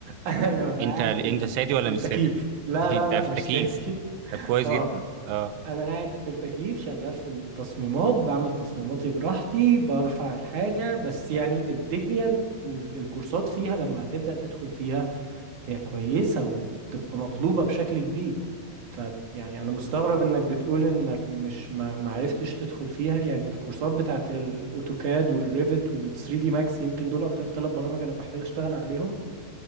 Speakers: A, on the right; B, on the right.
A: انا اللي ببقى
B: انت
A: قاعد
B: انت
A: في ال...
B: سادي ولا
A: في التكييف
B: مش سادي
A: لا
B: <laughs>
A: لا
B: انت
A: لا
B: في
A: مش
B: التكييف
A: سادي <laughs>
B: طب كويس
A: اه
B: جدا اه,
A: انا قاعد في التكييف شغال في التصميمات بعمل تصميماتي براحتي برفع الحاجة بس يعني الدنيا ال- الكورسات فيها لما هتبدأ تدخل فيها هي كويسة وبتبقى مطلوبة بشكل كبير فيعني انا مستغرب انك بتقول انك مش ما معرفتش تدخل فيها يعني الكورسات بتاعت الاوتوكاد والريفت وال3 دي ماكس يمكن دول اكتر ثلاث برامج انا محتاج اشتغل عليهم